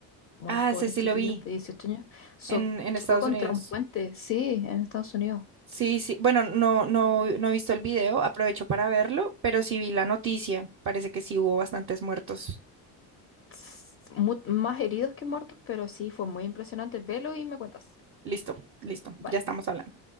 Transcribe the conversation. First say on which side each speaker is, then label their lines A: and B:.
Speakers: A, on the left; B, on the right.
A: unos
B: Ah,
A: pobres
B: ese sí
A: chiquillos
B: lo vi
A: de 18 años so-
B: en, en
A: chocó
B: Estados
A: contra
B: Unidos.
A: un puente, sí, en Estados Unidos.
B: Sí, sí. Bueno, no, no, no he visto el video, aprovecho para verlo, pero sí vi la noticia. Parece que sí hubo bastantes muertos.
A: Tss, mu- más heridos que muertos, pero sí, fue muy impresionante. Velo y me cuentas.
B: Listo, listo,
A: Vale.
B: ya estamos hablando.